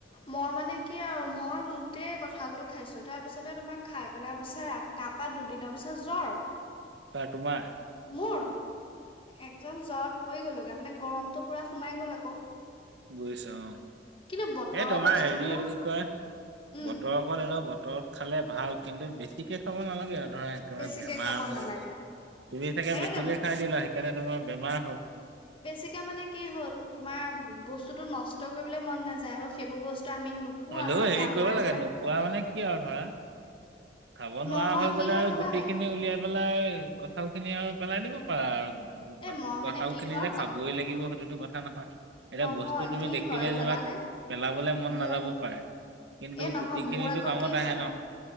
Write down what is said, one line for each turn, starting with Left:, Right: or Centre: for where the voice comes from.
Left: মই মানে কি আৰু মই গো গোটেই কঁঠালটো খাইছো। তাৰ পিছতে তোমাৰ খাই পেলাই অৱশ্যে তাৰপা দুদিনৰ পিছত জ্বৰ।
Right: কাৰ তোমাৰ?
Left: মোৰ, একদম জ্বৰত পৰি গ'লোগে মানে গৰমতটো পুৰা সোমাই গ'ল আকৌ।
Right: বুজিছো অ',,
Left: কিন্তু বতৰৰ
Right: এ তোমাৰ
Left: বস্তুবোৰ
Right: হেৰি এইটো কি কয়
Left: উম
Right: বতৰৰ ফল এনেও বতৰত খালে ভাল। কিন্তু বেছিকে খাব নালাগে আৰু ধৰা তমাৰ
Left: বেছিকে
Right: বেমাৰ
Left: খাব
Right: হৈ
Left: নালাগে
Right: গল। তুমি
Left: সেইটোৱে
Right: চাগে বেছিকে খাই দিলা সেইকাৰণে তোমাৰ বেমাৰ হল।
Left: বেছিকে মানে কি হ'ল, তোমাৰ বস্তুতো নষ্ট কৰিবলে মন নাযায়। আৰু সেইবোৰ বস্তু আমি নোপোৱা
Right: হলেও
Left: ন
Right: হেৰি
Left: এতিয়া আমাৰ
Right: কৰিব লাগে।
Left: ধৰি লোৱা
Right: নোপোৱা মানে কি আৰু ধৰা খাব
Left: নহয়
Right: নোৱাৰা হৈ
Left: কি
Right: গলে
Left: হয়
Right: আৰু
Left: জানা
Right: গুটি
Left: নাই
Right: খিনি উলিয়াই পেলাই কঁঠাল খিনি আৰু পেলাই দিব পাৰা আৰু।
Left: এ মই মানে
Right: কথাল
Left: কি
Right: খিনি
Left: হয়
Right: যে
Left: ক
Right: খাবই লাগিব সেইটোতো কথা নহয়। এতিয়া
Left: নহয়
Right: বস্তু তুমি
Left: কি
Right: দেখিলে
Left: হয় জানানে
Right: তোমাক পেলাবলে মন
Left: মোক
Right: নাযাবই পাৰে। কিন্তু
Left: এ, নহয়
Right: গোটেইখিনিতো
Left: মোৰ আকৌ
Right: কামত
Left: কি
Right: আহে
Left: হয়
Right: ন